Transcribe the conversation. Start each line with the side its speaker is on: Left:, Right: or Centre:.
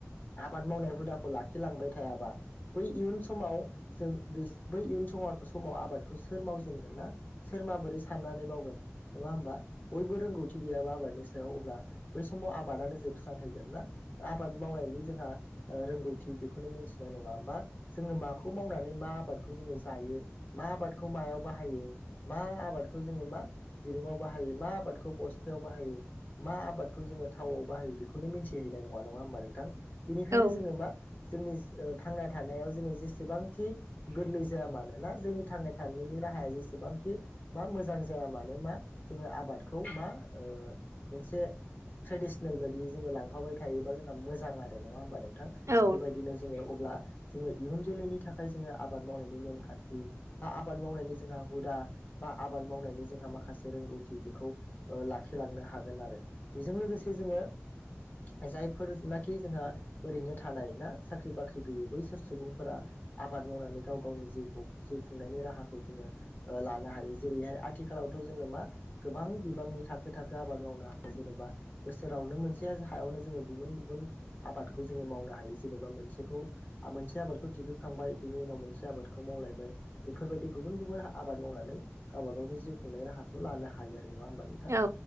Left: आबाद मावनाय हुदाखौ लाखिलांबाय थायाबा बै इयुन समाव जों बिस बै इयुन समाव समाव आबादखौ सोर मावजेनगोन ना सोर माबोरै साननानै मावगोन नङा होमबा बयबो रोंगौथि गैयाबा आबादनि सायाव अब्ला बै समाव आबादानो जोबस्रांहैगोन ना आबाद मावनायनि जोंहा ओ रोंगौथि बेखौ मिथिनाय नङा बा जोङो माखौ मावनानै मा आबादखौ जोङो जायो मा आबादखौ मायाव बाहाय हायो मा आबादखौ जोङो मा दिरुुंआव बाहायो मा आबादखौ बस्थायाव बाहायो मा आबादखौ जोङो थाव बाहायो बेखौनो मिथिहैनाय नङा नङा होमबा नोंथां बेनिखायनो
Right: औ
Left: जोङो मा जोंनि ओ थांना थानायाव जोङो जेसेबांखि गोरलै जाया मानो ना जोंनि थांना थानायनि राहाया जेसेबांखि मा मोजां जाया मानो मा जोङो आबादखौ मा ओ मोनसे ट्रेडिसनेल बायदि जोङो लांफाबाय थायोबा जोंहा मोजां आरो नङा होनोमबा नों थां
Right: औ
Left: बेबायदिनो जोङो अब्ला जोङो इयुन जोलैनि थाखाय जोङो आबाद मावनायनि नेमखान्थि बा आबाद मावनायनि जोंहा हुदा बा आबाद मावनायनि जोंहा माखासे रोंगौथि बेखौ ओ लाखिलांनो हागोन आरो बेजों लोगोसे जो ङो जायफोरनाखि जोंहा ओरैनो थानाय। ना साख्रि बाख्रि गैयै बैसोर सुबुंफोरा आबाद मावनानै गाव गावनि जिउखौ जिउ खुंनायनि राहाखौ जोङो लानो हायो जेरैहाय आथिखालावथ' जोङो मा गोबां बिबांनि थाखो थाखो आबाद माव नो हायो जेनेबा बोसोरावनो मोनसे हायावनो जोङो गुबुन गुबुन आबादखौ जोङो मावनो हायो जेनेबा मोनसेखौ आ मोनसे आबादखौ थिखोखांबाय बिनि उनाव मोनसे आबादखौ मावलायबाय बेफोरबायदि गुबुन गुबुन आबाद मावनानै गावबा गावनि जिउ खुंनाय राहाखौ लानो हायो आरो नङा होमबा नोंथां।
Right: औ